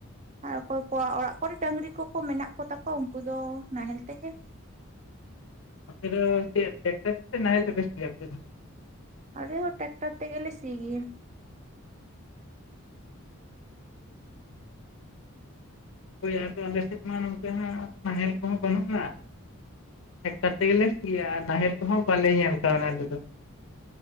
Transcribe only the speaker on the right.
ᱟᱨ ᱚᱠᱚᱭ ᱠᱚᱣᱟᱜ ᱚᱲᱟᱜ ᱠᱚᱨᱮ ᱰᱟᱹᱝᱜᱽᱨᱤ ᱠᱚᱠᱚ ᱢᱮᱱᱟᱜ ᱠᱚᱛᱟ ᱠᱚᱣᱟ ᱩᱱᱠᱩ ᱫᱚ ᱱᱟᱦᱮᱞ ᱛᱮᱜᱮ ᱾
ᱟᱞᱮ ᱦᱚᱸ ᱴᱟᱠᱴᱟᱨ ᱛᱮᱜᱮ ᱞᱮ ᱥᱤ ᱜᱮᱭᱟ ᱾